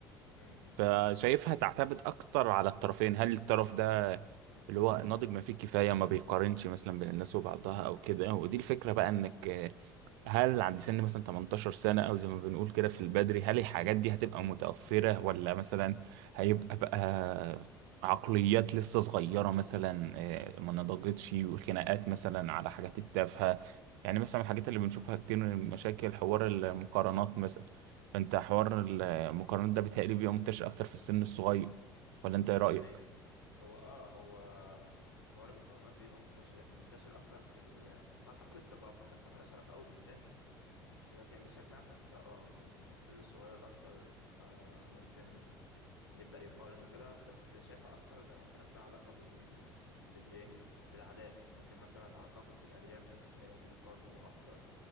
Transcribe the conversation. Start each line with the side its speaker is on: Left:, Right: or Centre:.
Left: امم امم
Right: فشايفها تعتمد اكتر على الطرفين هل الطرف ده اللي هو ناضج ما فيه كفاية ما بيقارنش مثلا بين الناس وبعضها او كده ودي الفكرة بقى انك هل عند سن مثلا 18 سنة أو زي ما بنقول كده في البدري هل الحاجات دي هتبقى متوفرة ولا مثلا هيبقى بقى عقليات لسه صغيرة مثلا آه،
Left: امم
Right: ما نضجتش وخناقات مثلا على حاجات التافهة يعني مثلا الحاجات اللي بنشوفها كتير من مشاكل حوار المقارنات مثلا فأنت
Left: إمم،
Right: حوار المقارنات ده بيتهيألي بيبقى منتشر أكتر في السن الصغير ولا أنت
Left: إمم. نسبيا
Right: إيه رأيك؟
Left: هو اه هو حوار المقارنات بيبقى منتشر منتشر اكتر في ال وعلى حسب الثقافة حاسة ملهاش علاقة قوي بالسن لكن بشكل عام حاسة اه يعني السن الصغير اكتر آه ممكن يبدأ يقارن وكده بس شايفة اكتر زي ما قلت لك لها علاقة بال بالايه بالعادات ممكن مثلا اعتقد في الارياف ممكن تلاقيهم بيقارنوا اكتر